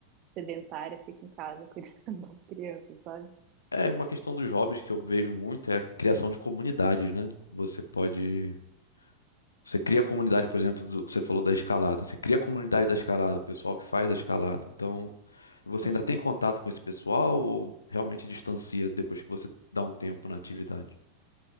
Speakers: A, on the right; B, on the left.
A: sedentária, fico em casa <laughs> cuidando das crianças, sabe?
B: É uma questão dos hobbies que eu vejo muito é a criação de comunidades, né? Você pode. Você cria a comunidade, por exemplo, do- você falou da escalada. Você cria a comunidade da escalada, o pessoal que faz a escalada. Então, você
A: Sim,
B: ainda tem contato com esse pessoal ou realmente distancia depois que você dá um tempo na atividade?